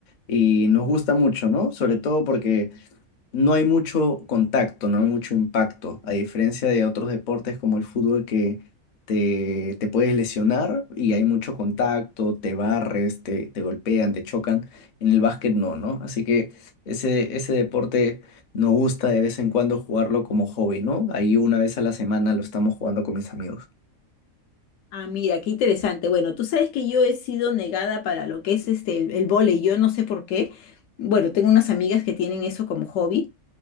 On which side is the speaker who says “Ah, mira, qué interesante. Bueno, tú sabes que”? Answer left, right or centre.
Left